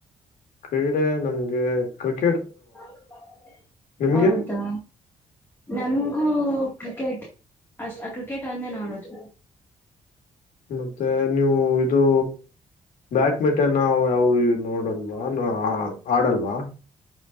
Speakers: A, on the left (about 75°); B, on the left (about 15°).
A: ಕ್ರೀಡೆ ನಮ್ಗೆ ಕ್ರಿಕ್
B: <inaudible>
A: ನಿಮ್ಗೆ
B: ಹೌದಾ ನಮ್ಗೂ ಕ್ರಿಕೆಟ್ ಅಷ್ಟ ಕ್ರಿಕೆಟ್ ಒಂದೇ ನೋಡೋದು
A: ಮತ್ತೆ ನೀವು ಅದು ಮ <unintelligible> ಮಿಟ್ಟ ನಾವು ಯಾವವು ನೋಡಲ್ಲ ನ ಆಡಲ್ವಾ